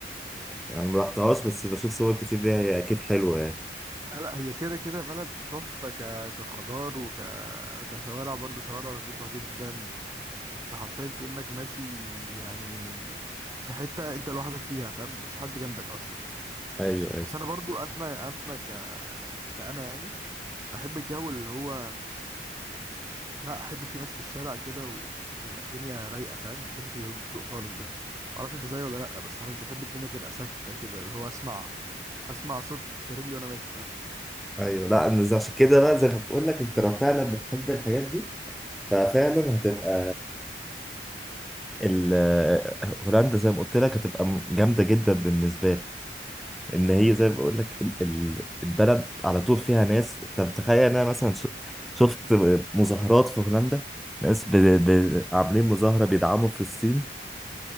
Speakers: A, in the centre; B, on the right.
A: يعني ما رحتهاش بس بشوف صور كتير ليها هي اكيد حلوه يعني
B: لا لا هي كده كده بلد تحفة ك... كخضار وك كشوارع برضه شوارع نظيفة جدا انت حرفيا كأنك ماشي يعني من في حتة انت لوحدك فيها فاهم مفيش حد جنبك اصلا
A: ايوه ايوه
B: بس انا برضو انا انا ك كأنا يعني بحب الجو اللي هو لا احب فيه ناس في الشارع كده و... ويبقى الدنيا رايقة فاهم ما بحبش الهدوء خالص ده معرفش انت زيي ولا لا بس انا مش بحب الدنيا تبقى ساكتة كده اللي هو اسمع اسمع صوت رجلي وانا ماشي فاهم
A: ايوه لا أنا زي- عشان كده بقى زي ما بقول لك انت لو فعلا بتحب الحاجات دي ففعلا هتبقى ال هولندا زي ما قلت لك هتبقى م- جامده جدا بالنسبه لك ان هي زي ما بقول لك ال- ال- البلد على طول فيها ناس طب تخيل انا مثلا ش- شفت مظاهرات في هولندا ناس ب... ب... عاملين مظاهره بيدعموا فلسطين